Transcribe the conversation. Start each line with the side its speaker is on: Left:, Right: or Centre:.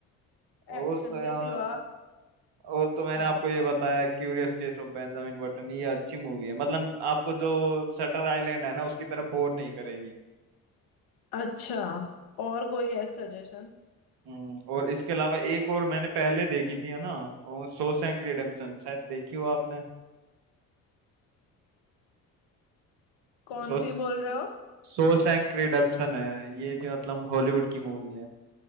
Right: और
Left: एक्शन
Right: तो
Left: के
Right: यार
Left: सिवा
Right: और तो मैंने
Left: हाँ
Right: आपको ये बताया Curious Case of Benjamin Button ये अच्छी मूवी है मतलब आपको जो शटर आइलैंड है ना उसकी तरफ बोर नहीं करेगी
Left: अच्छा और कोई है सजेशन
Right: हम्म, और इसके अलावा एक और मैंने पहले देखी थी है ना और शॉशैंक रिडेम्पशन शायद देखी हो आपने
Left: कौन
Right: शॉश
Left: सी बोल रहे हो
Right: शॉशैंक रिडेम्पशन है ये भी मतलब हॉलीवुड की मूवी है